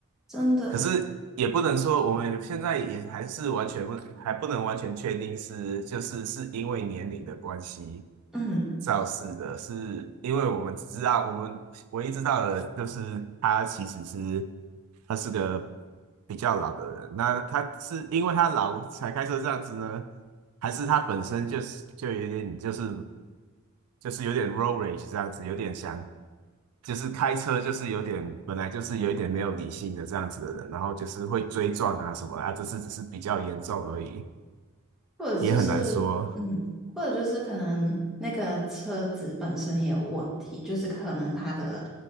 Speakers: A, in the centre; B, on the right.
A: 真的，
B: 可是也不能说我们现在也还是完全不还不能完全确定是就是是因为年龄的关系
A: 嗯。
B: 肇事的，是因为我们只知道我们唯一知道的就是他其实是他是个比较老的人，那他是因为他老才开车这样子呢，还是他本身就是就有点就是就是有点 road rage 这样子，有点想。就是开车就是有点本来就是有一点没有理性的这样子的人，然后就是会追撞啊什么啊，这次只是比较严重而已，
A: 或者就是，
B: 也很难说。
A: 嗯，或者就是可能那个车子本身也有问题，就是可能它的